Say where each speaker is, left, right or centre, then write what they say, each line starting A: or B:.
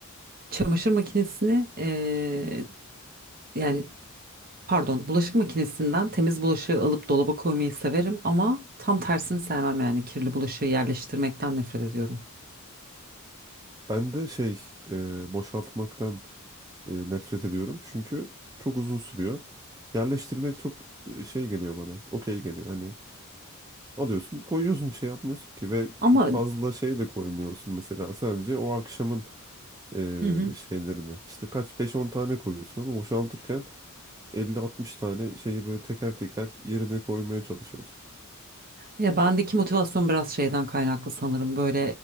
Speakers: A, on the right; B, on the right.
A: Çamaşır makinesini eee, yani pardon bulaşık makinesinden temiz bulaşığı alıp dolaba koymayı severim ama tam tersini sevmem yani kirli bulaşığı yerleştirmekten nefret ediyorum.
B: Ben de şey e, boşaltmaktan e, nefret ediyorum çünkü çok uzun sürüyor. Yerleştirmek çok e, şey geliyor bana okey geliyor hani Alıyorsun, koyuyorsun bir şey yapmıyorsun ki ve
A: Ama
B: çok fazla şey de koymuyorsun mesela sadece o akşamın e,
A: Hı hı.
B: şeylerini. İşte kaç beş on tane koyuyorsun ama boşaltırken elli altmış tane şeyi böyle teker teker yerine koymaya çalışıyorsun.
A: Ya bendeki motivasyon biraz şeyden kaynaklı sanırım. Böyle